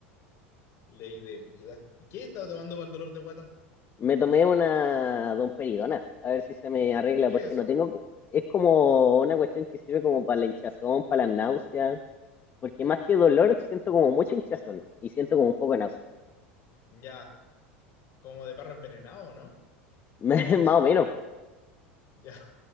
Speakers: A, on the left (about 50°); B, on the left (about 30°).
A: Ley de vida. ¿Y qué estaba tomando para el dolor de guata?
B: Me tomé una domperidona, a ver si se me arregla,
A: ¿Qué
B: porque
A: es
B: no
A: eso?
B: tengo... Es como una cuestión que sirve como para la hinchazón, para la náusea, porque más que dolor siento como mucha hinchazón y siento como un poco de náusea.
A: Ya, como de perro envenenado, ¿no?
B: <laughs> Más o menos,
A: Ya, <laughs>